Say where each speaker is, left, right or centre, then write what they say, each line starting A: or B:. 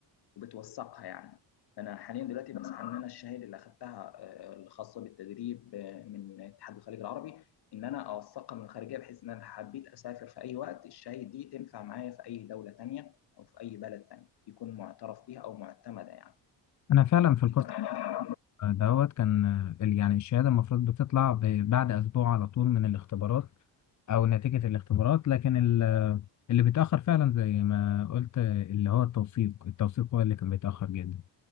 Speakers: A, on the left; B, on the left.
A: وبتوثقها يعني فانا حاليا دلوقتي بسعى ان انا الشهاده اللي اخذتها آه، الخاصه بالتدريب آه، من اتحاد الخليج العربي ان انا اوثقها من الخارجيه بحيث ان انا حبيت اسافر في اي وقت الشهاده دي تنفع معايا في اي دوله تانيه او في اي بلد تاني يكون معترف بيها او معتمده يعني
B: انا فعلا في الكورس
A: انت بتتابع
B: دوت كان ال- يعني الشهاده المفروض بتطلع ب- بعد اسبوع على طول من الاختبارات او نتيجه الاختبارات لكن ال- اللي بيتاخر فعلا زي ما قلت اللي هو التوثيق التوثيق هو اللي كان بيتاخر جدا